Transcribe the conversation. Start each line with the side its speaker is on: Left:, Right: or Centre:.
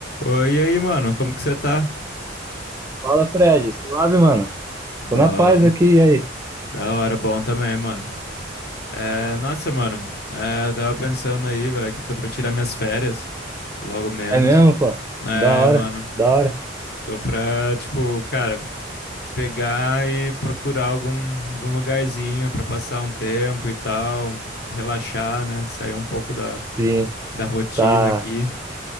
Left: Oi, e aí, mano, como que você tá?
Right: Fala, Fred. Suave, mano.
Left: Bom,
Right: Tô na paz aqui, e aí?
Left: da hora, bom também, mano. É, nossa, mano, é, eu tava pensando aí, velho, que eu tô pra tirar minhas férias, logo menos.
Right: É mesmo, pô?
Left: É,
Right: Da hora,
Left: mano,
Right: da hora.
Left: tô pra, tipo, cara, pegar e procurar algum, algum lugarzinho pra passar um tempo e tal, relaxar, né, sair um pouco da,
Right: Sim,
Left: da rotina
Right: tá,
Left: aqui.